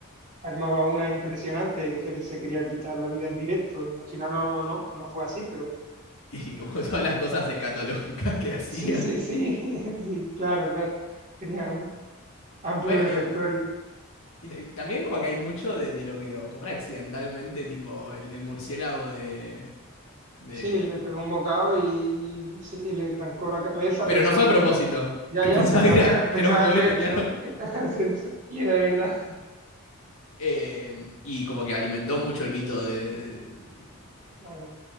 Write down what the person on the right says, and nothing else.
armaba una impresionante y decía que se quería quitar la vida en directo. Al final no, no, no, no fue así, pero
pero-
sí, sí, sí, <laughs> sí, claro, claro. Tenía un amplio
repertorio.
Sí, le pegó un bocado y sí, le arrancó la cabeza
pensando
que era, ya,
ya,
pensaba
que era, pensaba
trecho,
que era <laughs> trecho, y era de verdad,
claro.